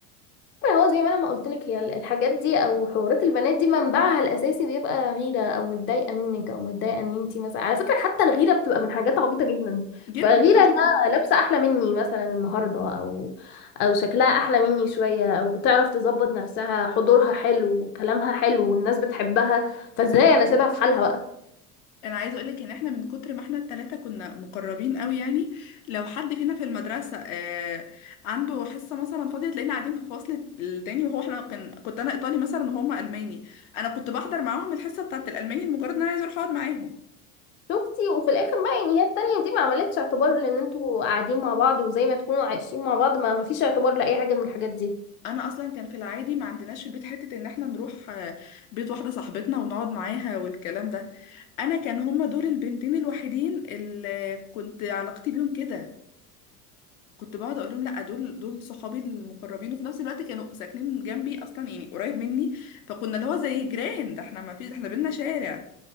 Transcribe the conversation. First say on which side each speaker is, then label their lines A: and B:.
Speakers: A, on the left; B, on the left.
A: ما هو زي ما انا ما قلت لك هي الحاجات دي او حوارات البنات دي منبعها الاساسي بيبقى غيره او متضايقه منك او متضايقه ان انت مثلا على فكره حتى الغيره بتبقى من حاجات عبيطه جدا
B: جدا
A: بقى غيره
B: آه.
A: انها لابسه احلى مني مثلا النهارده او او شكلها احلى مني شويه او بتعرف تظبط نفسها حضورها حلو كلامها حلو والناس بتحبها فازاي انا سيبها في حالها بقى
B: انا عايزه اقولك ان احنا من كتر ما احنا التلاتة كنا مقربين قوي يعني لو حد فينا في المدرسه آه عنده حصه مثلا فاضيه تلاقينا قاعدين في فصل التاني وهو احنا كان كنت انا ايطالي مثلا وهما الماني انا كنت بحضر معاهم الحصه بتاعه الالماني لمجرد ان انا عايزه اروح اقعد معاهم
A: شفتي وفي الاخر بقى يعني هي التانية دي ما عملتش اعتبار لان انتوا قاعدين مع بعض وزي ما تكونوا عايشين مع بعض ما ما فيش اعتبار لاي حاجه من الحاجات دي
B: انا اصلا كان في العادي ما عندناش في البيت حته ان احنا نروح آه، بيت واحده صاحبتنا ونقعد معاها والكلام ده انا كان هما دول البنتين الوحيدين اللي كنت علاقتي بيهم كده كنت بقعد اقول لهم لا دول دول صحابي المقربين وفي نفس الوقت كانوا ساكنين جنبي اصلا يعني قريب مني فكنا اللي هو زي جيران ده احنا ما فيش ده احنا بينا شارع